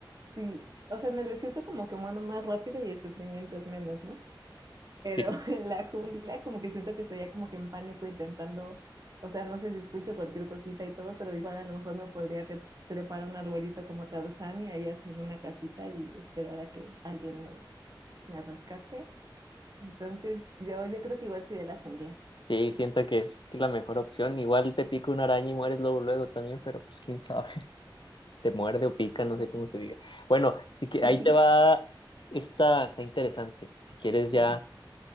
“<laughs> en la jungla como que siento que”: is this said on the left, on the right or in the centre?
Right